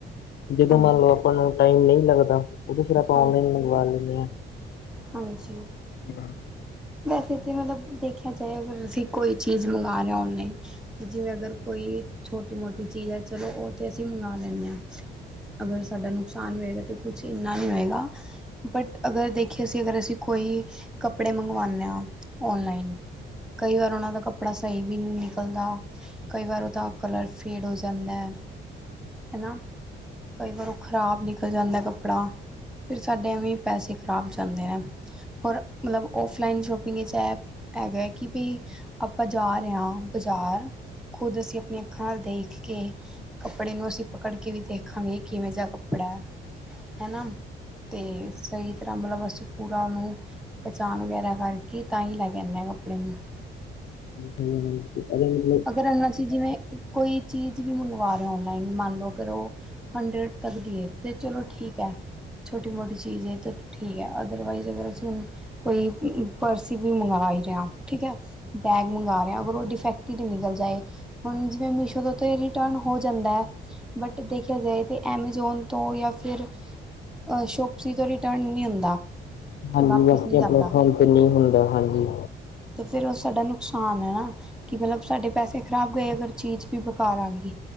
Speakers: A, on the left (about 60°); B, in the centre.
A: ਜਦੋਂ
B: ਹਾਂਜੀ,
A: ਮੰਨ ਲਓ ਆਪਾਂ ਨੂੰ ਟਾਈਮ ਨਹੀਂ ਲੱਗਦਾ। ਓਦੋਂ ਫਿਰ ਆਪਾਂ
B: ਹਾਂਜੀ,
A: ਔਨਲਾਈਨ ਮੰਗਵਾ ਲੈਂਨੇ
B: ਹਾਂਜੀ।
A: ਆਂ।
B: ਵੈਸੇ ਤਾਂ ਮਤਲਬ ਦੇਖਿਆ ਜਾਏ ਅਗਰ ਤੁਸੀਂ ਕੋਈ ਚੀਜ਼ ਮੰਗਾ ਰੇ ਓ ਔਨਲਾਈਨ- ਕਿ ਜਿਵੇਂ ਅਗਰ ਕੋਈ ਛੋਟੀ- ਮੋਟੀ ਚੀਜ਼ ਹੈ ਚਲੋ ਉਹ ਤਾਂ ਅਸੀਂ ਮੰਗਵਾ ਲੈਂਦੇ ਹਾਂ। ਅਗਰ ਸਾਡਾ ਨੁਕਸਾਨ ਹੋਏਗਾ। ਤਾਂ ਕੁਛ ਇੰਨਾ ਨਹੀਂ ਹੋਏਗਾ। ਬਟ ਅਗਰ ਦੇਖਿਆਸੀ ਅਗਰ ਅਸੀਂ ਕੋਈ ਕੱਪੜੇ ਮੰਗ ਉਂ ਹ ਔਨਲਾਈਨ। ਕਈ ਵਾਰ ਉਹਨਾਂ ਦਾ ਕੱਪੜਾ ਸਹੀ ਵੀ ਨਹੀਂ ਨਿਕਲਦਾ। ਕਈ ਵਾਰ ਉਹਦਾ ਕਲਰ ਫੇਡ ਹੋ ਜਾਂਦਾ ਹੈ। ਹੈਨਾ। ਕਈ ਵਾਰ ਉਹ ਖ਼ਰਾਬ ਨਿਕਲ ਜਾਂਦਾ ਕੱਪੜਾ। ਫਿਰ ਸਾਡੇ ਐਵੇਂ ਪੈਸੇ ਖ਼ਰਾਬ ਜਾਂਦੇ ਨੇ ਹੋਰ ਮਤਲਬ ਔਫਲਾਈਨ ਸ਼ੋਪਿੰਗ ਵਿੱਚ ਐਪ ਹੈਗਾ ਹੈ। ਕਿ ਬਈ ਆਪਾਂ ਜਾ ਰਹੇ ਹਾਂ ਬਜ਼ਾਰ ਖੁਦ ਅਸੀਂ ਆਪਣੀਆਂ ਅੱਖਾਂ ਨਾਲ ਦੇਖ ਕੇ ਕੱਪੜੇ ਨੂੰ ਅਸੀਂ ਪਕੜ ਕੇ ਵੀ ਦੇਖਾਂਗੇ ਕਿਵੇਂ ਜਿਹਾ ਕੱਪੜਾ ਹੈ। ਹਨਾ। ਤੇ ਸਹੀ ਤਰ੍ਹਾਂ ਮਤਲਬ ਅਸੀਂ ਪੂਰਾ ਉਹਨੂੰ ਸ਼ਾਨ ਵਗੈਰਾ ਕਰਕੇ ਤਾਂ ਹੀ ਲੈ ਕੇ ਆਉਂਦੇ ਹਾਂ ਕੱਪੜੇ ਨੂੰ।
A: ਹਮ- ਹਮ -ਹਮ
B: ਅਗਰ ਹੁਣ ਅਸੀਂ ਜਿਵੇਂ, ਕੋਈ, ਚੀਜ਼ ਵੀ ਮੰਗਵਾ ਰਹੇ ਔਨਲਾਈਨ, ਮੰਨ ਲਓ। ਅਗਰ ਉਹ ਹੰਡਰਡ ਤੱਕ ਦੇਏ ਅਤੇ ਚਲੋ ਠੀਕ ਹੈ। ਛੋਟੀ- ਮੋਟੀ ਚੀਜ਼ ਇਹ ਤਾਂ ਠੀਕ ਹੈ। ਅਦਰਵਾਈਜ਼ ਅਗਰ ਅਸੀਂ ਕੋਈ ਪਰਸ ਵੀ ਮੰਗਵਾ ਹੀ ਰਿਹਾ ਠੀਕ ਹੈ। ਬੈਗ ਮੰਗਵਾ ਰਿਹਾ, ਅਗਰ ਉਹ ਡਿਫੈਕਟ ਢਿੱਟ ਨਿਕਲ ਜਾਏ ਹੁਣ ਜਿਵੇਂ ਮੀਸ਼ੋ ਤੋਂ ਤਾਂ ਇਹ ਰਿਟਰਨ ਹੋ ਜਾਂਦਾ ਹੈ। ਬਟ ਦੇਖਿਆ ਜਾਏ ਤਾਂ ਐਮਾਜ਼ੋਨ ਤੋਂ ਜਾਂ ਫਿਰ ਸ਼ੋਪਸੀ ਤੋਂ ਰਿਟਰਨ ਨਹੀਂ ਹੁੰਦਾ।
A: ਹਾਂਜੀ
B: ਵਾਪਿਸ
A: ਬਾਕੀਆਂ
B: ਨਹੀਂ ਜਾਂਦਾ
A: ਪਲੇੈਟਫੋਮ ਤੇ ਨਹੀਂ ਹੁੰਦਾ। ਹਾਂਜੀ।
B: ਫਿਰ ਉਹ ਸਾਡਾ ਨੁਕਸਾਨ ਹੈ ਨਾ। ਕਿ ਮਤਲਬ ਸਾਡੇ ਪੈਸੇ ਖ਼ਰਾਬ ਗਏ ਅਗਰ ਚੀਜ਼ ਵੀ ਬਕਾਰਾਰ ਆ ਗਈ।